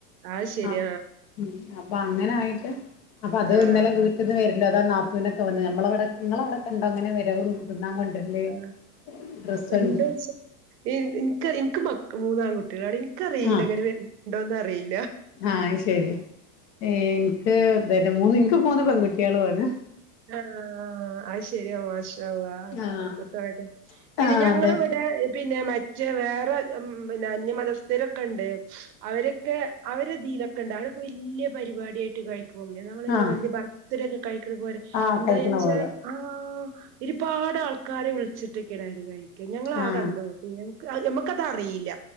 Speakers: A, on the right; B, on the left.
A: അത് ശരി
B: ആഹ് ഉം അപ്പൊ അങ്ങനായിട്ട് അപ്പൊ അത്
A: ആഹ്
B: ഇന്നലെ വീട്ട്ന്ന് വരും ഇല്ലത നാത്തൂന്റക്ക് വന്ന് നമ്മ നമ്മളിവ്ടെ ഇങ്ങളവ്ടെക്കണ്ടോ ഇങ്ങനെ വരവും തിന്നാൻ കൊണ്ടരല്
A: ആ
B: ഡ്രസ്സ് കൊണ്ടര
A: എന്തോ സ് ഇ ഇൻക്ക് ടീ ഇൻക്ക് മക്ക മൂന്നാൻകുട്ടികളാടി ക്ക അറിയില്ല
B: ആഹ്
A: അങ്ങന വര് ന്താന്ന് അറിയില്ല
B: ആഹ് അയ്ശരി ഏ എനിക്ക് അതേല്ലെ മൂന്ന് ഇൻക്ക് മൂന്ന് പെൺകുട്ട്യാളും ആണ്
A: ആ അത്ശരിയാ മാഷാഅള്ള
B: ആഹ്
A: ബർക്കത്താവട്ടെ പിന്നെ
B: ആഹ്
A: ഞങ്ങളെ
B: അതെ
A: ഇവിടെ പിന്നെ മറ്റേ വേറെ ഉം പിന്നെ അന്യമതസ്ഥരൊക്കെ ഉണ്ട് അവരൊക്കെ അവരെതിലൊക്കെ ഉണ്ട് അവരൊക്കെ വലിയ പരിപാടിയായിട്ട് കഴിക്കും ഉം <unintelligible>
B: ആഹ്
A: വല്ല്യ പർ രൊക്കെ കഴിക്കണ പോൽ
B: ആഹ്
A: എന്താ
B: കഴിക്കണ
A: ആയിച്ചാ
B: പോലെ
A: ആ ഒരുപാട് ആൾക്കാരെ വിളിച്ചിട്ടൊക്കെ അവര് കഴിക് ക്കാ ഞങ്ങളാകെ
B: ആഹ്
A: അന്തംവിട്ട് ആ ഇമ്മക്കത് അറിയില്ല